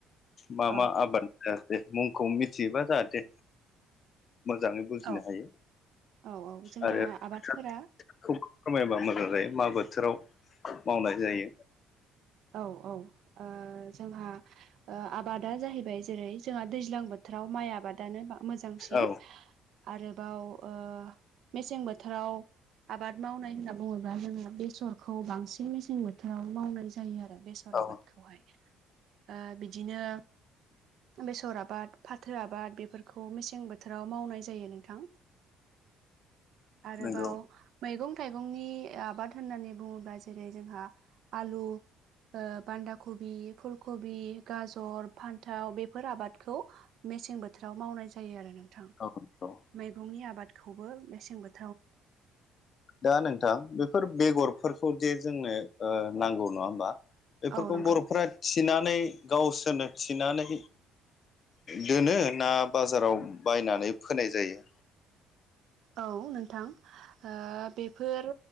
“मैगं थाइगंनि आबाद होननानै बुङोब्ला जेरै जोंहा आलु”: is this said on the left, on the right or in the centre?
Right